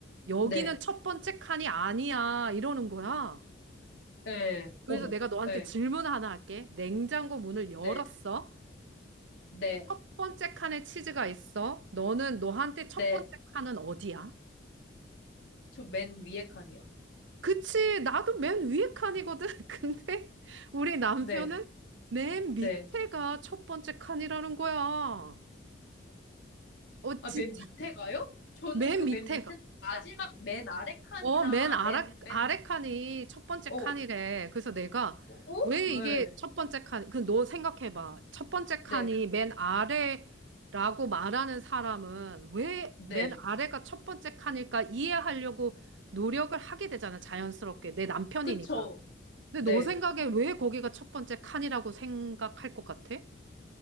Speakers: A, on the right (about 80°); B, on the left (about 80°).
A: 여기는
B: 네,
A: 첫 번째 칸이 아니야. 이러는 거야.
B: 네,
A: 그래서
B: 어머,
A: 내가 너한테
B: 네,
A: 질문 하나 할게. 냉장고 문을 열었어.
B: 네, 네,
A: 첫 번째 칸에 치즈가 있어. 너는 너한테 첫
B: 네.
A: 번째 칸은 어디야?
B: 저 맨 위에 칸이요.
A: 그치, 나도 맨 위에 칸이거든. <laughs> 근데 우리 남편은
B: 네,
A: 맨 밑에가
B: 네.
A: 첫 번째 칸이라는 거야. 어,
B: 아,
A: 진짜?
B: 맨 밑에 가요? 저는
A: 맨
B: 그
A: 밑에가.
B: 맨 밑에 마지막 맨 아래 칸이나
A: 어, 맨 아래,
B: 맨, 맨,
A: 아래 칸이 첫 번째
B: 어,
A: 칸이래. 그래서 내가
B: 어?
A: 왜
B: 네,
A: 이게 첫 번째 칸, 그 너 생각해봐. 첫 번째
B: 네,
A: 칸이 맨 아래라고 말하는 사람은 왜
B: 네.
A: 맨 아래가 첫 번째 칸일까 이해하려고 노력을 하게 되잖아, 자연스럽게. 내 남편이니까.
B: 그쵸.
A: 근데
B: 네.
A: 너 생각에 왜 거기가 첫 번째 칸이라고 생각할 것 같아?